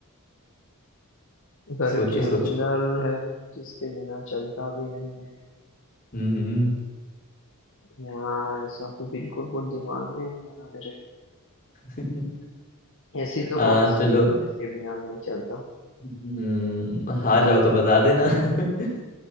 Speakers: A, on the left; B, on the left.
A: घर
B: सोचो
A: के अंदर
B: सोचो
A: है जिसके बिना चलता भी नहीं है
B: हम्म
A: यार ऐसा तो बिल्कुल कुछ दिमाग में नहीं आ रहा मेरे
B: <laughs>
A: ऐसी तो
B: आ,
A: कौन सी
B: चलो
A: चीज है जिसके बिना नहीं चलता
B: हम्म, हार जाओ तो बता देना <laughs>